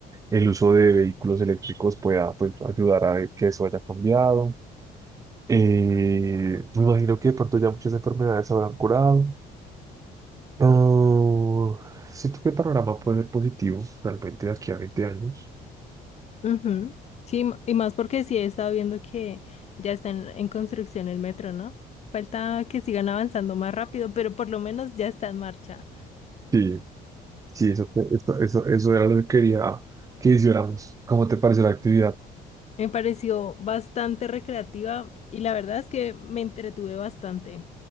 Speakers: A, on the right (about 20°); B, on the left (about 40°).
A: el uso de vehículos eléctricos pueda pues, ayudar a que eso haya cambiado. Eh, me imagino que de pronto ya muchas enfermedades se habrán curado. Oh, siento que el panorama puede ser positivo realmente de aquí a 20 años.
B: Ujú. Sí, m- y más porque sí he estado viendo que ya está en, en construcción el metro, ¿no? Falta que sigan avanzando más rápido, pero por lo menos ya está en marcha.
A: Sí, sí, eso, eso, eso, eso era lo que quería que hiciéramos. ¿Cómo te pareció la actividad?
B: Me pareció bastante recreativa y la verdad es que me entretuve bastante.